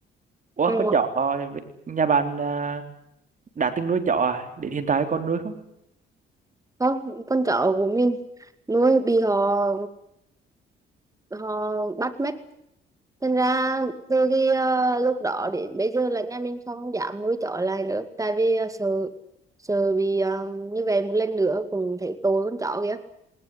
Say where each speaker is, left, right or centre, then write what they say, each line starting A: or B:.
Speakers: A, on the right; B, on the right.
A: ủa
B: ừ
A: con chó ờ, nhà bạn ờ, đã từng nuôi chó à đến hiện tại còn nuôi không
B: không con chó của mình nuôi bị họ họ bắt mất thành ra từ khi ờ, lúc đó đến bây giờ là nhà mình không dám nuôi chó lại nữa tại vì ờ, sợ sợ bị ờ, như vậy một lần nữa cũng thấy tội con chó kìa